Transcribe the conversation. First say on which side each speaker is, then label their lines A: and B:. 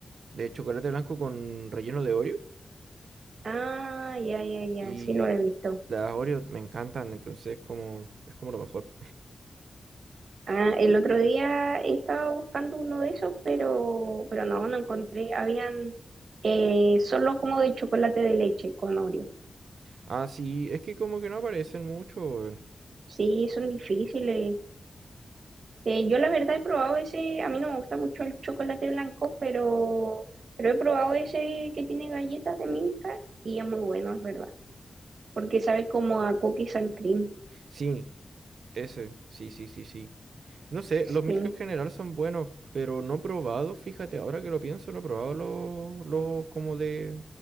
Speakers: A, on the right; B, on the right.
A: de chocolate blanco con relleno de Oreo
B: Ah, ya, ya, ya,
A: y
B: sí lo he visto.
A: las Oreo me encantan, entonces como es como lo mejor.
B: Ah, el otro día estaba buscando uno de esos, pero, pero no, no encontré. Habían eh, solo como de chocolate de leche con Oreo.
A: Ah, sí, es que como que no aparecen mucho. weón.
B: Sí, son difíciles. Eh, yo la verdad he probado ese, a mí no me gusta mucho el chocolate blanco, pero, pero he probado ese que tiene galletas de Milka y es muy bueno, es verdad, porque sabe como a cookies and cream,
A: Sí, ese, sí, sí, sí, sí. No sé,
B: sí.
A: los Milka en general son buenos, pero no he probado, fíjate, ahora que lo pienso, no he probado los, los como de